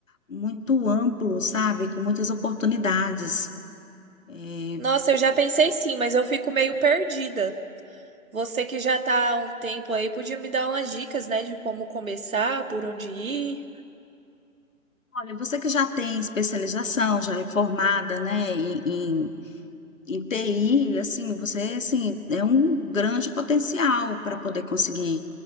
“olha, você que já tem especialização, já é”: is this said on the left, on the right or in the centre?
Left